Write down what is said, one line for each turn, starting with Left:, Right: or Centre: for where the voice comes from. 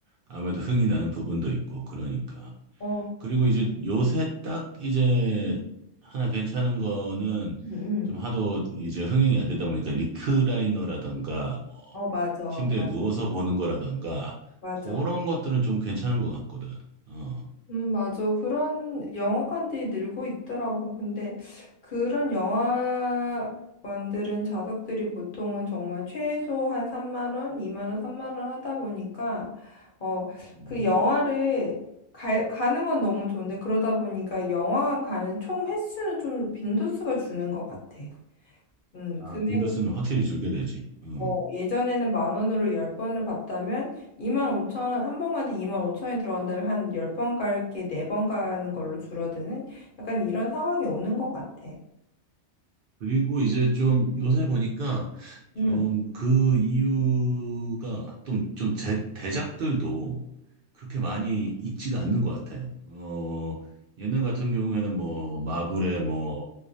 Right: 아무래도 흥이 나는 부분도 있고, 그러니까.
Left: 어,
Right: 그리고 이제 요새 딱 이제
Left: 음,
Right: 하나 괜찮은 거는
Left: 음.
Right: 좀 하도 이제 흥행이 안 되다 보니까 리크라이너라던가
Left: 어, 맞아.
Right: 침대에 누워서 보는 거라던가
Left: 맞아.
Right: 그런 것들은 좀 괜찮은 것 같거든. 어.
Left: 음, 맞아. 그런 영화관들이 늘고 있더라고. 근데 그런 영화관들은 좌석들이 보통은 정말 최소 한 3만 원, 2만 원, 3만 원 하다 보니까 어,
Right: 음,
Left: 그 영화를 가, 가는 건 너무 좋은데 그러다 보니까 영화관 가는 총 횟수는 좀 빈도수가 주는 것 같아. 음,
Right: 아,
Left: 금액
Right: 빈도수는 확실히 줄게 되지. 어.
Left: 어, 예전에는 만 원으로 열 번을 봤다면 이만 오천 원, 한 번 가는데 2만 오천 원이 들어간다면 한 열 번 갈게 네 번 가는 걸로 줄어드는 약간 이런 상황이 오는 것 같아.
Right: 그리고 이제 좀 요새 보니까 좀
Left: 응,
Right: 그 이유가 좀, 좀 제, 대작들도 그렇게 많이 있지가 않는 것 같아. 어, 옛날 같은 경우에는 뭐 마블의 뭐